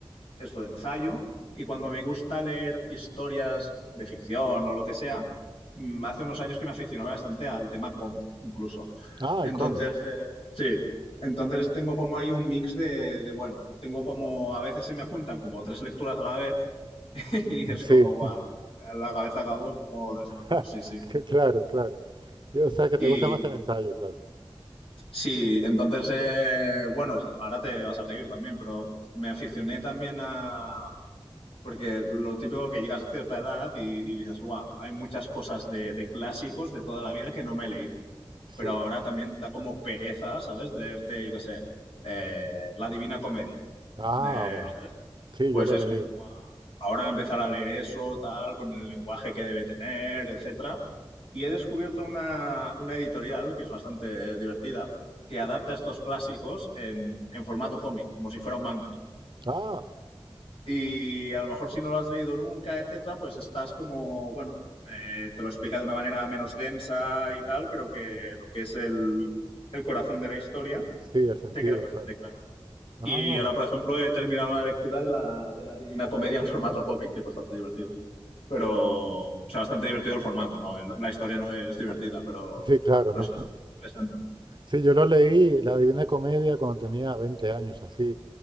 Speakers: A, on the left; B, on the right.
A: esto de ensayo y cuando me gusta leer historias de ficción o lo que sea, mm, hace unos años que me aficionaba bastante al tema cómic, incluso.
B: Ah,
A: Entonces,
B: el cómic.
A: eh, sí. Entonces tengo como ahí un mix de, de, bueno, tengo como a veces se me juntan como tres lecturas a la vez <laughs> y es
B: Sí.
A: como, guau,
B: <laughs>
A: la cabeza acabó como de esto, pero
B: <laughs>
A: sí, sí.
B: Que- Claro, claro. Y, O sea, que
A: Y
B: te gusta más el ensayo, claro.
A: sí, entonces, eh, bueno, ahora te vas a reír también, pero me aficioné también a, Porque lo típico que llegas a cierta edad y, y dices, wow, hay muchas cosas de, de clásicos de toda la vida que no me he leído. Pero
B: Sí.
A: ahora también da como pereza, ¿sabes? De leerte, yo qué sé, eh, La Divina Comedia.
B: Ah,
A: Eh,
B: va.
A: ¿sabes?
B: Sí,
A: Pues
B: yo lo
A: es
B: he leído.
A: como, guau, ahora empezar a leer eso, tal, con el lenguaje que debe tener, etcétera. Y he descubierto una, una editorial que es bastante divertida, que adapta estos clásicos en, en formato cómic, como si fuera un manga.
B: Ah,
A: Y a lo mejor si no lo has leído nunca, etcétera, pues estás como, bueno, eh, te lo explica de una manera menos densa y tal, pero que lo que es el, el corazón de la historia
B: sí, el sentido,
A: te queda bastante
B: claro.
A: claro.
B: Ah,
A: Y ahora,
B: va.
A: por ejemplo, he terminado una lectura de la, de la Divina Comedia en formato cómic, que es bastante divertido. Pero, o sea, bastante divertido el formato, ¿no? El- la historia no es divertida, pero,
B: Sí, claro,
A: pero
B: ¿no?
A: sí es interesante.
B: Sí, yo lo leí, La Divina Comedia, cuando tenía 20 años, así.